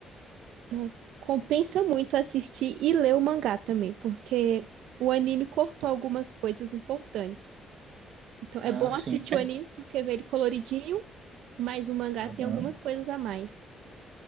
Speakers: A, on the right (about 80°); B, on the right (about 60°).
A: Nossa, compensa muito assistir e ler o mangá também, porque o anime cortou algumas coisas importantes. Então
B: Ah,
A: é bom
B: sim.
A: assistir
B: É.
A: o anime porque vê ele coloridinho, mas o mangá
B: Aham.
A: tem algumas coisas a mais.